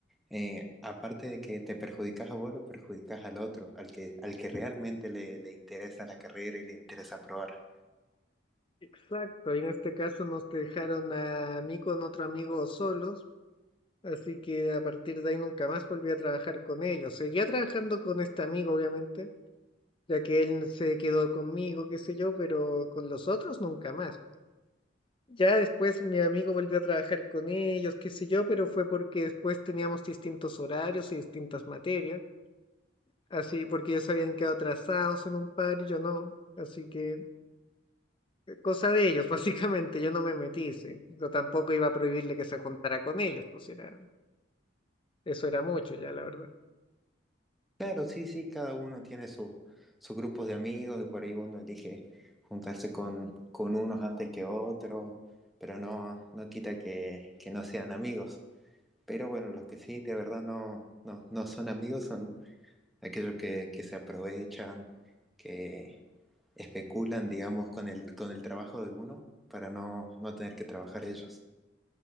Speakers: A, in the centre; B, on the left.
A: eh, aparte de que te perjudicas a vos, lo perjudicas al otro, al que, al que realmente le, le interesa la carrera y le interesa probar.
B: Exacto, y en este caso nos dejaron a mí con otro amigo solos, así que a partir de ahí nunca más volví a trabajar con ellos. Seguía trabajando con este amigo, obviamente, ya que él se quedó conmigo, qué sé yo, pero con los otros nunca más. Ya después mi amigo volvió a trabajar con ellos, qué sé yo, pero fue porque después teníamos distintos horarios y distintas materias, así porque ellos habían quedado atrasados en un par y yo no, así que eh, cosa de ellos, <laughs> básicamente, yo no me metí, sí. Yo tampoco iba a prohibirle que se juntara con ellos, pues era, eso era mucho ya, la verdad.
A: Claro, sí, sí, cada uno tiene su, sus grupos de amigos y por ahí uno elige juntarse con, con unos antes que otros, pero no, no quita que, que no sean amigos. Pero bueno, los que sí, de verdad no, no, no son amigos son aquellos que, que se aprovechan, que especulan, digamos, con el, con el trabajo de uno para no, no tener que trabajar ellos.